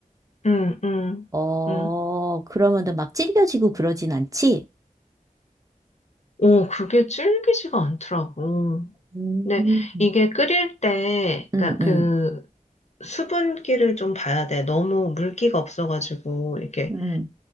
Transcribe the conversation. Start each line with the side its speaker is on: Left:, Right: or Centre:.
Left: 응, 응,
Right: 어,
Left: 응.
Right: 그러면은 막 질겨지고 그러진 않지?
Left: 오, 그게 질기지가 않더라고.
Right: 음,
Left: 근데 이게 끓일 때,
Right: 음,
Left: 그러니까 그
Right: 음.
Left: 수분기를 좀 봐야 돼. 너무 물기가 없어가지고 이렇게
Right: 음.